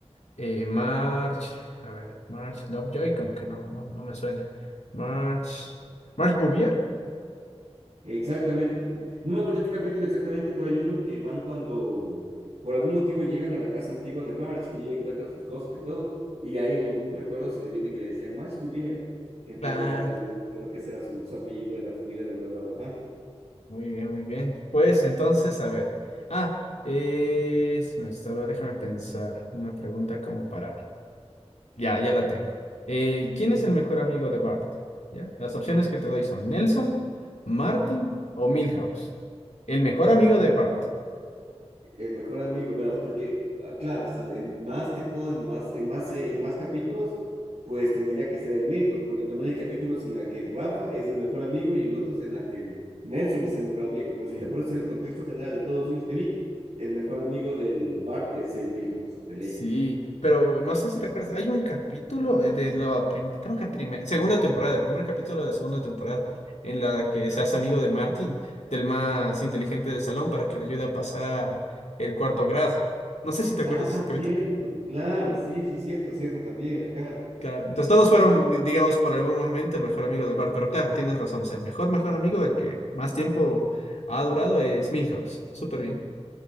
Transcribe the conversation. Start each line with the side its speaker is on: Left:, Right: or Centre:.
Left: eh, March, a ver, March Lovejoy, como que no, no, no me suena. March, March Bouvier.
Right: Exactamente. No me acuerdo en qué capítulo exactamente, pero hay uno que van cuando por algún motivo llegan a la casa antigua de Marge y encuentran sus cosas y todo. Y ahí en algún recuerdo se le viene que le decían Marge muy bien. Entonces
Left: Claro,
Right: ya pues creo que ese era su, su apellido de la familia de verdad, ajá.
Left: muy bien, muy bien. Pues entonces, a ver. Ah, es, me estaba, déjame pensar una pregunta como para. Ya, ya la tengo. Eh, ¿quién es el mejor amigo de Bart? ¿Ya? Las opciones que te doy son Nelson, Martin o Milhouse. El mejor amigo de Bart.
Right: El mejor amigo, ¿verdad? Porque, ah, claro, o sea, en- más que todo, en más, en más, eh, en más capítulos, pues tendría que ser Milhouse, porque también hay capítulos en la que el Rafa es el mejor amigo y en otros en la que el Nelson es el mejor amigo. Pero si
Left: Eh,
Right: te pones en el contexto general de todos los niños que vi, el mejor amigo del Bart es el Milhouse, de ley.
Left: Sí, pero no sé si te acuerdas, hay un capítulo eh, de la, prim- creo que primer segunda temporada, el primer capítulo de la segunda temporada, en la que se hace amigo de Martin, del más inteligente del salón, para que le ayude a pasar el cuarto grado. No sé si te acuerdas
Right: Ah,
Left: de ese capítulo.
Right: cierto, claro, sí, sí, cierto, cierto también, ajá.
Left: Claro, entonces todos fueron, eh, digamos, por algún momento el mejor amigo de Bart, pero claro, tienes razón, o sea, el mejor, mejor amigo, el que más tiempo ha durado es Milhouse. Súper bien.